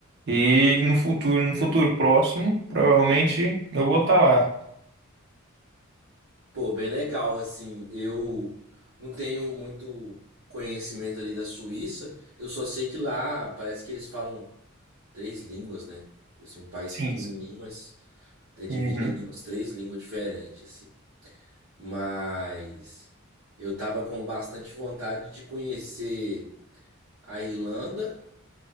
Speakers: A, on the right; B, on the right.
A: E no futuro, no futuro próximo, provavelmente eu vou estar lá.
B: Pô, bem legal, assim, eu não tenho muito conhecimento ali da Suíça, eu só sei que lá parece que eles falam três línguas, né? Tipo assim, um país
A: Sim.
B: pequenininho,
A: sim.
B: mas é dividido
A: Uhum.
B: em umas três línguas diferentes, assim. Mas eu tava com bastante vontade de conhecer a Irlanda,